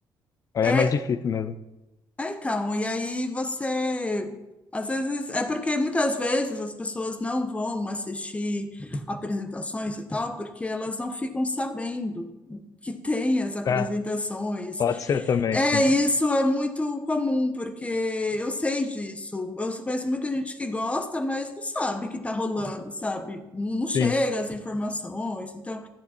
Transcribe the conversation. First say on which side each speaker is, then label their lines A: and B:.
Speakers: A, on the left (about 45°); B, on the left (about 15°).
A: Aí
B: é
A: é mais difícil mesmo.
B: É, então, e aí você. Às vezes, é porque muitas vezes as pessoas não vão assistir apresentações e tal, porque elas não ficam sabendo que tem as apresentações.
A: É, pode ser também,
B: É,
A: sim.
B: isso é muito comum, porque eu sei disso. Eu conheço muita gente que gosta, mas não sabe que está rolando, sabe? Não não chega
A: Sim. <laughs>
B: as informações. Então,